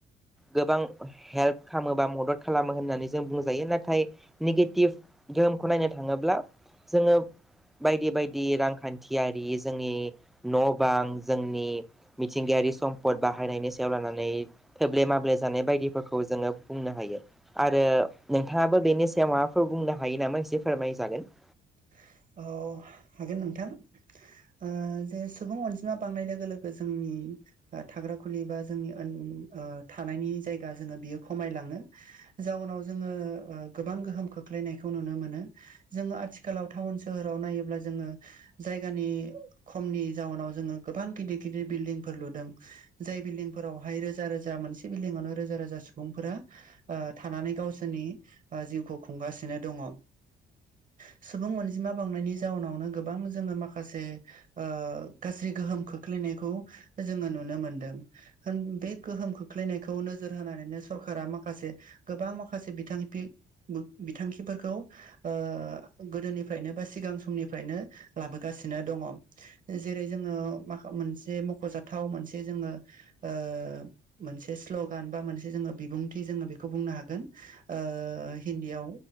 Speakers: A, in the centre; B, on the right.
A: गोबां हेल्प खालामो बा मदद खालामो होननानै जों बुंजायो नाथाय नेगेटिभ गेहोमखौ नायनो थाङोब्ला जोंङो बायदि बायदि रांखान्थियारि जोंनि न' बां जोंनि मिथिंगायारि सम्पद बाहायनायनि सायाव लानानै थोब्ले माब्ले जानाय बायदिफोरखौ जोंङो बुंनो हायो आ रो नोंथांङाबो बेनि सायाव माबाफोर बुंनो हायो नामा एसे फोरमायजागोन ।
B: <inaudible> अ हागोन नोंथां ओ जे सुबुं अनजिमा बांनाय लोगो लोगो जोंनि। थाग्रा खुलि बा जोंनि ओन थानायनि जायगा जोंङो बियो खमायलाङो । जाउनाव जोंङो ओ गोबां गोहोम खोख्लैनायखौ नुनो मोनो जोंङो आथि खालाव टाउन सोहोराव नायोब्ला जोङो जायगानि खमनि जाउनाव जोंङो गोबां गिदिद गिदिर बिल्दिंफोर लुदों जाय बिल्डिंफोरावहाय रोजा रोजा मोनसे बिल्दिंआवनो रोजा रोजा सुबुंफोरा‌ ओ थानानै गावसोरनि जिउखौ खुंगासिनो दङ । सुबुं अनजिमा बांनायनि जाउनावनो गोबां जोंङो माखासे ओ गाज्रि गोहोम खोख्लै नायखौ जोंङो नुनो मोनदों होम बे गोहोम खोख्लैनायखौ नोजोर होनानै सरकारा दा माखासे गोबां माखासे बिथांथि बिथांखिफोरखौ ओ। गोदोनिफ्रायनो बा सिगां समनिफ्रायनो लाबोगासिनो दङ जेरै जोङो माखो मोनसे मख'जाथाव मोनसे जोंङो ओ मोनसे स्लगान बा मोनसे जोंङो बिबुं थि जोंङो बेखौ होगोन ओ हिन्दियाव